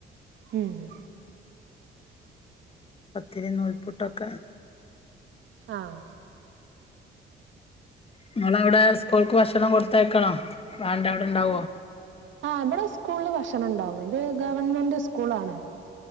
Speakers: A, on the right (about 70°); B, on the left (about 30°).
A: മ്മ്
B: പത്തിരി നൂൽപുട്ടൊക്കെ
A: ആഹ്
B: നിങ്ങൾ അവിടെ സ്കൂൾക്ക് ഭക്ഷണം കൊടുത്തയക്കണോ വേണ്ട അവിടെ ഇണ്ടാവുവോ
A: ആഹ് ഇവിടെ സ്കൂളില് ഭക്ഷണം ഉണ്ടാവും ഇത് ഗവൺമെന്റ് സ്കൂള് ആണ്